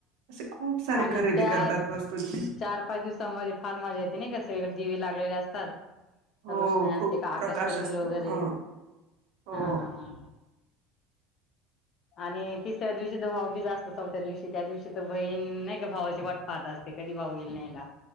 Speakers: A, on the right; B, on the left.
A: असे खूप सारे
B: आणि
A: खरेदी
B: त्यात
A: करतात वस्तूंची.
B: चार पाच दिवसामध्ये फार मजा येते नाही कसे सगळीकडे दिवे लागलेले असतात
A: हो
B: रोषणाई
A: खूप
B: असते का
A: प्रकाश
B: आकाशकंदील
A: असतो.
B: वगैरे
A: हं हो
B: हा हा हा आणि तिसऱ्या दिवशी तर भाव बीजस्तो चौथ्या दिवशी त्या दिवशी तर बहीण नाही का भावाची वाट पाहत असते कधी भाऊ येईल न्यायला